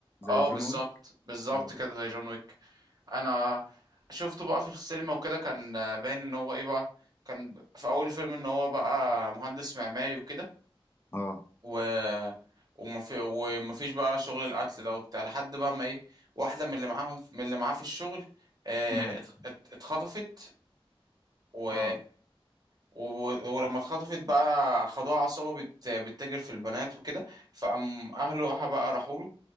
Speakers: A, on the left (about 25°); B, on the right (about 40°).
A: زي
B: اه
A: جون
B: بالظبط
A: ويك
B: بالظبط
A: اه
B: كده زي جون ويك انا شفته بقى في السينما وكده كان باين ان هو ايه بقى كان في اول الفيلم ان هو بقى مهندس معماري وكده
A: اه
B: و وما في وما فيش بقى شغل القتل ده وبتاع لحد بقى ما ايه واحده من اللي معاهم من اللي معاه في الشغل آه،
A: مات
B: ات- ات- اتخطفت و...
A: اه
B: و... ولما اتخطفت بقى خدوها عصابه بت... بتتاجر في البنات وكده فقام اهله بقى راحوا له